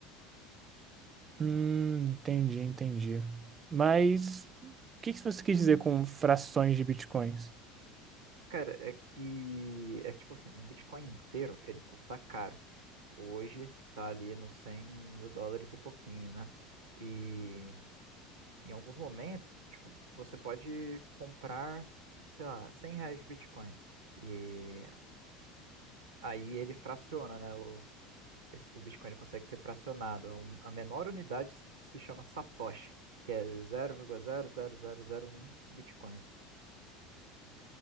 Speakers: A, on the right; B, on the right.
A: Hum, entendi, entendi. Mas o que que você quis dizer com frações de Bitcoins?
B: Cara, é que, é que, tipo assim, um Bitcoin inteiro, ele custa caro. Hoje tá ali nos 100 mil dólares e pouquinho, né? E em alguns momentos, tipo, você pode comprar, sei lá, 100 reais de Bitcoin. E Aí ele fraciona, né? O, esse- o Bitcoin consegue ser fracionado. A, um- a menor unidade se se chama Satoshi, que é zero vírgula zero zero zero zero vírgula um Bitcoins.